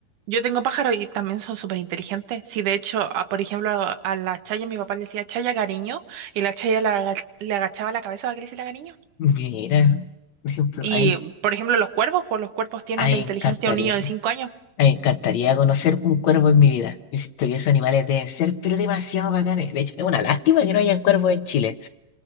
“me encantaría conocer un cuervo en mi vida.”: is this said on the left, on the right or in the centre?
Left